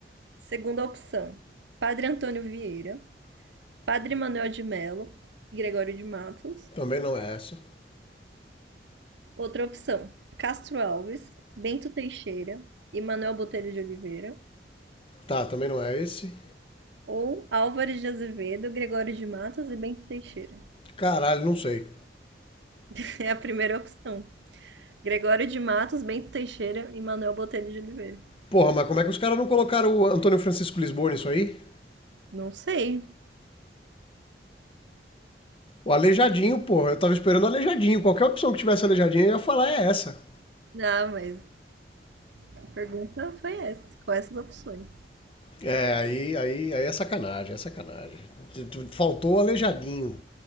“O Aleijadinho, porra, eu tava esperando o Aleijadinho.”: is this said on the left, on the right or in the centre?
Left